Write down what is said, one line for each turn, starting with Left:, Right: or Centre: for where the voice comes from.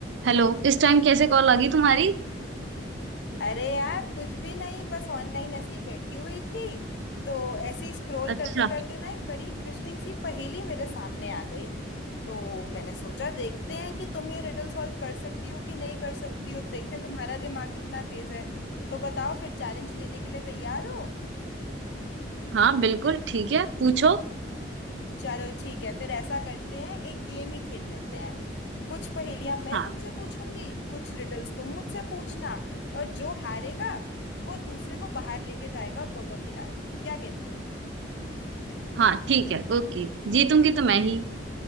Right: Hello इस time कैसे call आ गई तुम्हारी
Left: अरे यार कुछ भी नहीं बस ऑनलाइन ऐसे ही बैठी हुई थी तो ऐसे ही स्क्रॉल
Right: अच्छा
Left: करते करते ना एक बड़ी इंटरेस्टिंग सी पहेली मेरे सामने आ गई तो मैंने सोचा देखते हैं कि तुम ये रिडल सॉल्व कर सकती हो कि नहीं कर सकती हो देखें तुम्हारा दिमाग कितना तेज है तो बताओ फिर चैलेंज लेने के लिए तैयार हो
Right: हाँ बिल्कुल ठीक है पूछो
Left: चलो ठीक है फिर ऐसा करते हैं एक गेम ही खेल लेते हैं कुछ पहेलियां मैं
Right: हाँ
Left: तुमसे पूछूंगी कुछ रिडल्स तुम मुझसे पूछना और जो हारेगा वो दूसरे को बाहर लेके जाएगा बर्गर खिलाने क्या कहती हो
Right: हाँ ठीक है ओके जीतूंगी तो मैं ही